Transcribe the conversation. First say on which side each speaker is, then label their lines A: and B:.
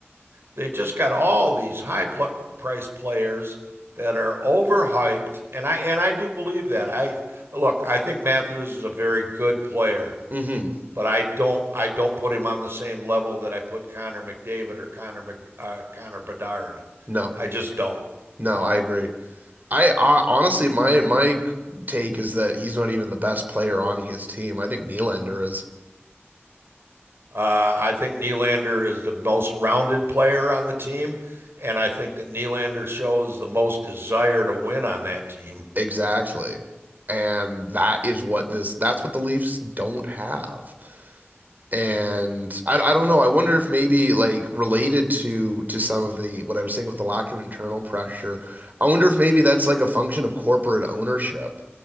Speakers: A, on the right; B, on the right.
A: they've just got all these high pl price players that are overhyped, and I and I do believe that. I look, I think Matthews is a very good player
B: Mm-hmm.
A: but I don't I don't put him on the same level that I put Connor McDavid or Connor Mc, uh, Connor Bedard.
B: No,
A: I just don't.
B: no, I agree. I, I honestly, my my take is that he's not even the best player on his team. I think Nylander is.
A: Uh, I think Nylander is the most rounded player on the team, and I think that Nylander shows the most desire to win on that team.
B: Exactly. And that is what this, that's what the Leafs don't have. And I, I don't know. I wonder if maybe like related to to some of the what I was saying with the lack of internal pressure. I wonder if maybe that's like a function of corporate ownership.